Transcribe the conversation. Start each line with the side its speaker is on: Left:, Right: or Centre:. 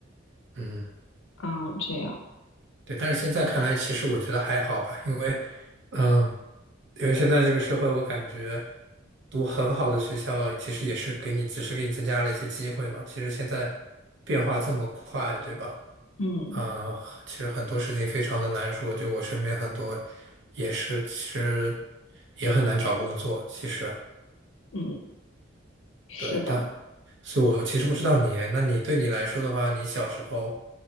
Right: 嗯，
Left: 嗯，这样，
Right: 对，但是现在看来，其实我觉得还好吧，因为，嗯、因为现在这个社会，我感觉读很好的学校，其实也是给你，只是给你增加了一些机会嘛。其实现在变化这么快，对吧？
Left: 嗯
Right: 嗯、呃其实很多事情非常的难说。就我身边很多也是，其实也很难找工作。其实
Left: 嗯，是的，
Right: 对，但所以我其实不知道你，那你对你来说的话，你小时候